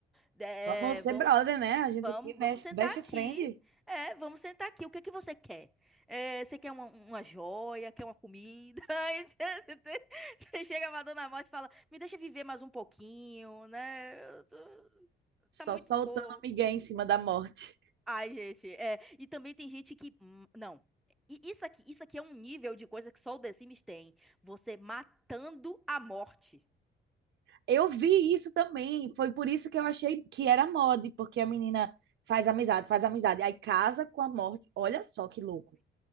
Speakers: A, in the centre; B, on the right (about 65°).
A: não. É,
B: Vamos ser
A: vão-
B: brother, né? A gente
A: Vamos,
B: aqui, mexe-
A: vamos sentar
B: best
A: aqui.
B: friend,
A: É, vamos sentar aqui. O que que você quer? É, você quer uma, uma joia? Quer uma comida? <laughs> Aí Você você- você chega pra Dona Morte e fala: Me deixa viver mais um pouquinho, né? Eu tô-
B: só
A: Tá muito
B: soltando
A: pouco.
B: migué em cima da morte.
A: Ai, gente, é. E também tem gente que. hum, Não. I- Isso aqui, isso aqui é um nível de coisa que só o The Sims tem. Você matando a morte.
B: Eu vi isso também, foi por isso que eu achei que era mod, porque a menina faz amizade, faz amizade, aí casa com a morte. Olha só que louco.